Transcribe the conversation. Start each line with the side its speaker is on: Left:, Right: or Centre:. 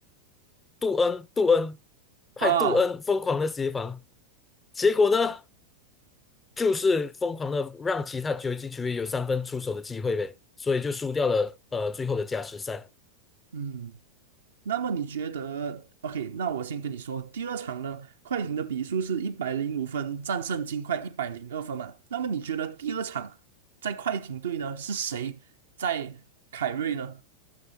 Left: 杜恩，杜恩派杜恩疯狂的协防，
Right: 啊，
Left: 结果呢，就是疯狂的让其他九级球员有三分出手的机会呗，所以就输掉了呃最后的加时赛。
Right: 嗯，那么你觉得？OK，那我先跟你说，第二场呢，快艇的比数是一百零五分，战胜金块一百零二分嘛。那么你觉得第二场在快艇队呢，是谁在凯瑞呢？